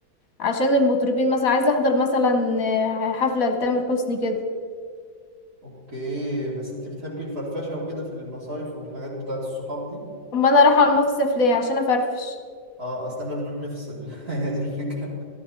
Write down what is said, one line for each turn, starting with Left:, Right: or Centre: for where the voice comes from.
Left: عشان المطربين مثلا عايزه احضر مثلا آه، حفله لتامر حسني كده
Right: اوكي بس انت بتحبي الفرفشة وكده في المصايف والحاجات بتاعت الصحاب دي
Left: امال انا رايحه المصيف ليه عشان افرفش
Right: اه اصل احنا بنروح نفصل <laughs> هي دي الفكرة